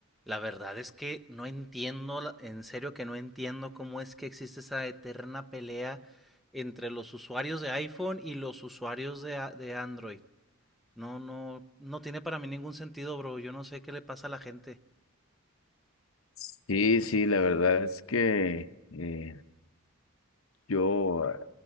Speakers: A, in the centre; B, on the left.
A: La verdad es que no entiendo, la- en serio que no entiendo cómo es que existe esa eterna pelea entre los usuarios de iPhone y los usuarios de, a- de Android. No, no, no tiene para mí ningún sentido, bro. Yo no sé qué le pasa a la gente.
B: Sí, sí, la verdad es que eh, yo eh,